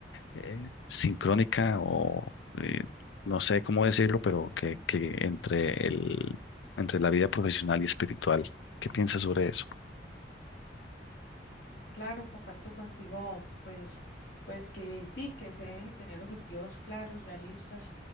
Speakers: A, on the left; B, on the left.
A: eh, sincrónica o eh, no sé cómo decirlo, pero que, que entre el, entre la vida profesional y espiritual. ¿Qué piensas sobre eso?
B: Claro, comparto contigo, pues, pues que sí, que se deben tener objetivos claros, realistas